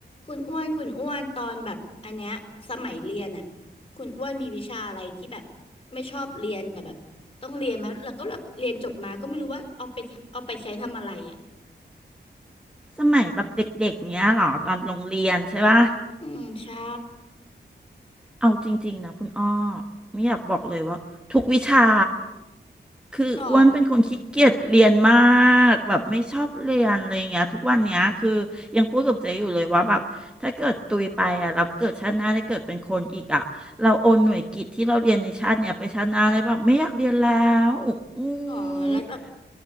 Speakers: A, on the left (about 30°); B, in the centre.
A: คุณอ้วน คุณอ้วน ตอนแบบอันเนี้ยสมัยเรียนอ่ะคุณอ้วนมีวิชาอะไรที่แบบไม่ชอบเรียนแต่แบบต้องเรียนมาแล้วก็แบบเรียนจบมาก็ไม่รู้ว่าเอาไปเอาไปใช้ทำอะไรอ่ะ
B: สมัยแบบเด็กๆเนี้ยเหรอตอนโรงเรียนใช่ปะ
A: อืมใช่
B: เอาจริงๆนะคุณอ้อไม่อยากบอกเลยว่าทุกวิชาคืออ้วนเป็นคนขี้เกียจเรียนมา
A: หรอ
B: กแบบไม่ชอบเรียนอะไรอย่างเงี้ยทุกวันเนี้ยคือยังพูดกับเจ๊อยู่เลยว่าแบบถ้าเกิดตุยไปอ่ะเราเกิดชาติหน้าได้เกิดเป็นคนอีกอ่ะเราโอนหน่วยกิตที่เราเรียนในชาติเนี้ยไปชาติหน้าได้แบบไม่อยากเรียนแล้วอื
A: หรอแล้วแบบ
B: ม